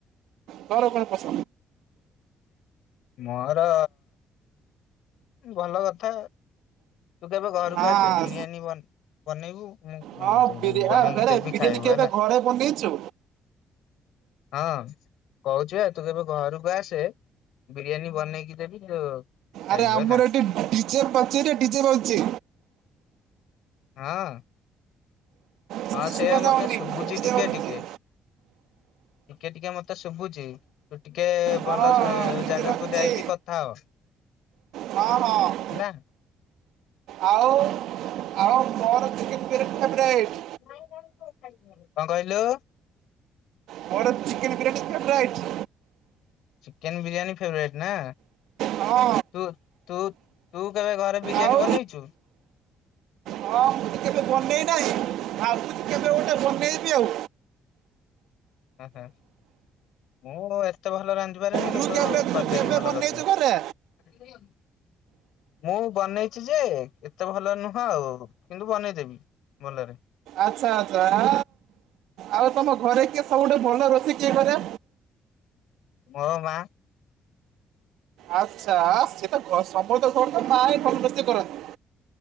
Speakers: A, on the right; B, on the left.
A: ତୋର କଣ ପଶ୍
B: ମୋର ଭଲ କଥା ତୁ କେବେ ଘରକୁ
A: ହଁ
B: ଆସେ ବିରିୟାନୀ ବ ବନେଇବୁ ମୁଁ
A: ହଁ
B: ତ
A: ବିରିଆ
B: ବନେଇକି
A: ଆରେ
B: ଦେବି
A: ବିରିୟାନୀ
B: ଖାଇବୁ
A: କେବେ
B: ହେଲା।
A: ଘରେ ବନେଇଛୁ?
B: ହଁ କହୁଛୁ ବା ତୁ କେବେ ଘରକୁ ଆସେ ବିରିୟାନୀ ବନେଇକି ଦେବି ତୁ ଖାଇବୁ
A: ଆରେ ଆମର
B: ହେଲା।
A: ଏଠି ଡିଜେ ପଚରେ ଡିଜେ ବାଜୁଛି।
B: ହଁ।
A: କିଛି
B: ହଁ ସେଇଆା
A: ଶୁଭା
B: ମତେ
A: ଯାଉନି
B: ଶୁଭୁଛି
A: ଡିଜେ
B: ଟିକେ
A: ବାଜୁଛି।
B: ଟିକେ ଟିକେ ଟିକେ ମତେ ଶୁଭୁଛି। ତୁ ଟିକେ
A: ହଁ
B: ଭଲ ସେ
A: ଦିଦି
B: ଜାଗାକୁ
A: ରଖିଛି
B: ଯାଇକି କଥା ହୋ।
A: ହଁ ହଁ।
B: ହେଲା।
A: ଆଉ ଆଉ ମୋର ଚିକେନ ବିରିଆନି ଫେବ୍ରାଏଟ୍।
B: କଣ କହିଲୁ।
A: ମୋର chicken biryani favourite.
B: Chicken biryani favourite ନା।
A: ହଁ
B: ତୁ ତୁ ତୁ କେବେ ଘରେ ବିରିୟାନୀ
A: ଆଉ
B: ବନେଇଛୁ।
A: ହଁ ମୁଁ ତ କେବେ ବନେଇ ନାହିଁ ଭାବୁଛି କେବେ ଗୋଟେ ବନେଇବି ଆଉ।
B: ହ ହ ମୁଁ ଏତେ ଭଲ ରାନ୍ଧେ ନ୍ଧି ପାରନି
A: ତୁ
B: କିନ୍ତୁ
A: କେବେ ତୁ
B: କରିଦେବି
A: କେବେ
B: ଭଲ
A: ବନେଇଛୁ
B: କରିଦେବି।
A: ଘରେ
B: ମୁଁ ବନେଇଛି ଯେ ଏତେ ଭଲ ନୁହଁ ଆଉ କିନ୍ତୁ ବନେଇଦେବି। ଭଲରେ।
A: ଆଚ୍ଛା ଆଚ୍ଛା ଆ ଆଉ ତମ ଘରେ କିଏ ସବୁଠୁ ଭଲ ରୋଷେଇ କିଏ କରେ।
B: ମୋ ମା।
A: ଆଚ୍ଛା ଆ ସେତ ଘ ସମତେ କୁହନ୍ତି ମା ଭଲ ରୋସେଇ କରନ୍ତି।